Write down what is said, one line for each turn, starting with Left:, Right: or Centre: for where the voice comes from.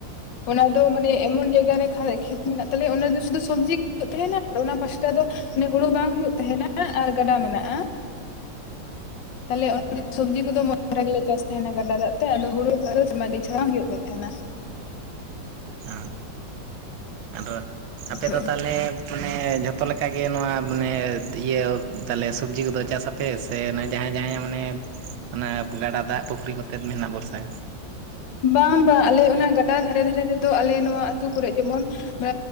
Left: ᱚᱱᱟ ᱫᱚ ᱢᱟᱱᱮ ᱮᱢᱚᱱ ᱡᱟᱭᱜᱟ ᱨᱮ ᱠᱷᱟ ᱠᱷᱮᱛ ᱢᱮᱱᱟᱜ ᱛᱟᱞᱮᱭᱟ ᱚᱱᱟ ᱫᱚ ᱥᱩᱫᱷᱩ ᱥᱚᱵᱽᱡᱤ ᱜᱮ ᱦᱩᱭᱩᱜ ᱛᱟᱦᱮᱱᱟ ᱟᱨ ᱚᱱᱟ ᱯᱟᱥᱴᱟ ᱫᱚ ᱢᱟᱱᱮ ᱦᱩᱲᱩ ᱵᱟᱝ ᱦᱩᱭᱩᱜ ᱛᱟᱦᱮᱱᱟ ᱟᱨ ᱜᱟᱰᱟ ᱢᱮᱱᱟᱜᱼᱟ ᱛᱟᱞᱮ ᱥᱚᱵᱽᱡᱤ ᱠᱚᱫᱚ <inaudible> ᱫᱷᱟᱨᱟ ᱜᱮᱞᱮ ᱪᱟᱥ ᱛᱟᱸᱦᱮᱱᱟ ᱜᱟᱰᱟ ᱫᱟᱜ ᱛᱮ ᱟᱫᱚ ᱦᱩᱲᱩ <inaudible> ᱦᱩᱭᱩᱜ ᱞᱮ ᱛᱟᱦᱮᱱᱟ᱾
Right: ᱚ ᱟᱫᱚ ᱟᱯᱮ
Left: ᱦᱳᱭ
Right: ᱫᱚ ᱛᱟᱞᱮ ᱢᱟᱱᱮ ᱡᱷᱚᱛᱚ ᱞᱮᱠᱟᱜ ᱜᱮ ᱱᱚᱣᱟ ᱢᱟᱱᱮ ᱤᱭᱟᱹ ᱛᱟᱞᱮ ᱥᱚᱵᱽᱡᱤ ᱠᱚᱫᱚ ᱪᱟᱥᱟ ᱯᱮ ᱥᱮ ᱚᱱᱟ ᱡᱟᱦᱟᱸᱭ ᱡᱟᱦᱟᱸᱭ ᱢᱟᱱᱮ ᱚᱱᱟ ᱜᱟᱰᱟ ᱫᱟᱜ ᱯᱩᱠᱷᱨᱤ ᱠᱚᱛᱮᱫ ᱢᱮᱱᱟᱜ ᱵᱷᱚᱨᱥᱟ ᱜᱮ?
Left: ᱵᱟᱝ ᱵᱟᱸ ᱟᱞᱮ ᱚᱱᱟ ᱜᱟᱰᱟ ᱫᱷᱟᱨᱮ ᱫᱷᱟᱨᱮ ᱛᱮᱫᱚ ᱟᱞᱮ ᱱᱚᱣᱟ ᱟᱹᱛᱩ ᱠᱚᱨᱮ ᱡᱮᱢᱚᱱ ᱢᱟ